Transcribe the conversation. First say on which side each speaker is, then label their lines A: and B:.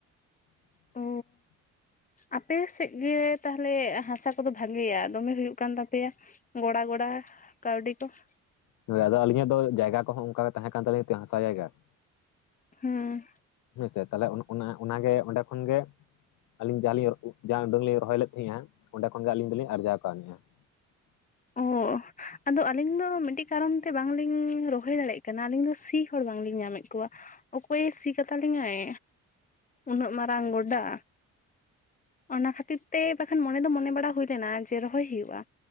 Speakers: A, on the left; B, on the left.
A: <inaudible>
B: ᱚ ᱟᱯᱮ ᱥᱮᱜ ᱜᱮ ᱛᱟᱦᱞᱮ ᱦᱟᱥᱟ ᱠᱚᱫᱚ ᱵᱷᱟᱜᱮᱭᱟ ᱫᱚᱢᱮ ᱦᱳᱭᱳᱜ ᱠᱟᱱ ᱛᱟᱯᱮᱭᱟ ᱾ ᱜᱚᱲᱟ ᱜᱚᱲᱟ ᱠᱟᱹᱣᱰᱤ ᱠᱚ ᱾
A: ᱦᱳᱭ ᱟᱫᱚ ᱟᱹᱞᱤᱧᱟᱜ ᱫᱚ ᱡᱟᱭᱜᱟ ᱠᱚᱦᱚᱸ ᱚᱱᱠᱟ ᱛᱟᱦᱮᱸ ᱠᱟᱱ ᱛᱟᱹᱞᱤᱧ ᱛᱮ ᱦᱟᱥᱟ ᱡᱟᱭᱜᱟ ᱾
B: ᱦᱩᱸ
A: ᱦᱳᱭᱥᱮ ᱛᱟᱦᱚᱞᱮ ᱚᱱᱟ ᱚᱱᱟᱜᱮ ᱚᱸᱰᱮ ᱠᱷᱚᱱ ᱜᱮ ᱟᱹᱞᱤᱧ ᱡᱟᱦᱟᱸᱞᱤᱧ ᱡᱟ ᱩᱰᱟᱹᱝ ᱞᱤᱧ ᱨᱚᱦᱚᱭ ᱞᱮᱫ ᱛᱟᱦᱮᱸᱱᱟ ᱚᱸᱰᱮ ᱠᱷᱚᱱᱜᱮ ᱟᱹᱞᱤᱧ ᱫᱚᱞᱤᱧ ᱟᱨᱡᱟᱣ ᱠᱟᱹᱣᱱᱤᱜᱼᱟ ᱾
B: ᱚ ᱟᱫᱚ ᱟᱹᱞᱤᱧ ᱫᱚ ᱢᱤᱫᱴᱤᱜ ᱠᱟᱨᱚᱱ ᱛᱮ ᱵᱟᱝᱞᱤᱧ ᱨᱚᱦᱚᱭ ᱫᱟᱲᱮᱭᱟᱜ ᱠᱟᱱᱟ ᱟᱹᱞᱤᱧ ᱫᱚ ᱥᱤ ᱦᱚᱲ ᱵᱟᱝᱞᱤᱧ ᱧᱟᱢᱮᱫ ᱠᱚᱣᱟ ᱾ ᱚᱠᱚᱭᱮ ᱥᱤ ᱠᱟᱛᱟᱞᱤᱧᱟᱭ? ᱩᱱᱟᱹᱜ ᱢᱟᱨᱟᱝ ᱜᱚᱰᱟ᱾ ᱚᱱᱟ ᱠᱷᱟᱹᱛᱤᱨ ᱛᱮ ᱵᱟᱠᱷᱟᱱ ᱢᱚᱱᱮ ᱫᱚ ᱢᱚᱱᱮ ᱵᱟᱲᱟ ᱦᱳᱭ ᱞᱮᱱᱟ ᱡᱮ ᱨᱚᱦᱚᱭ ᱦᱩᱭᱩᱜᱼᱟ᱾